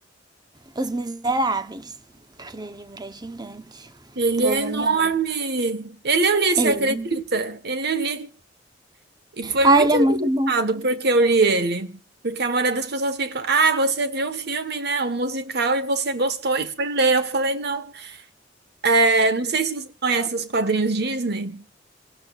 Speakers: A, on the right; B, on the right.
A: Os Miseráveis. Aquele livro é gigante,
B: Ele
A: volume
B: é enorme.
A: 1.
B: Ele eu li, você
A: Ele...
B: acredita? Ele eu li. E foi
A: Ah,
B: muito
A: ele é
B: engraçado
A: muito bom.
B: porque eu li ele. Porque a maioria das pessoas ficam, ah, você viu o filme, né? O musical e você gostou e foi ler. Eu falei, não. É, não sei se você conhece os quadrinhos Disney.